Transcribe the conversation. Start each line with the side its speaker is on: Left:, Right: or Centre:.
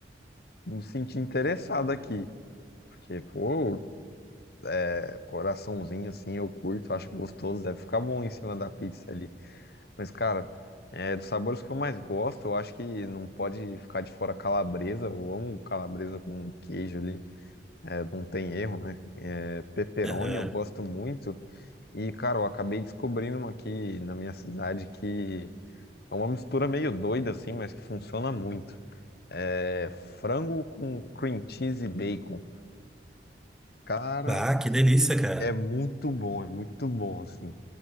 Left: me senti interessado aqui. Porque, pô, é, coraçãozinho assim, eu curto, acho gostoso, deve ficar bom em cima da pizza ali. Mas, cara, é, dos sabores que eu mais gosto, eu acho que não pode ficar de fora calabresa. Eu amo calabresa com queijo ali, é, não tem erro, né? É, pepperoni
Centre: Aham.
Left: eu gosto muito. E, cara, eu acabei descobrindo uma aqui na minha cidade que. É uma mistura meio doida assim, mas que funciona muito. É frango com cream cheese e bacon. Cara,
Centre: Ah, que delícia, cara.
Left: é muito bom, é muito bom assim.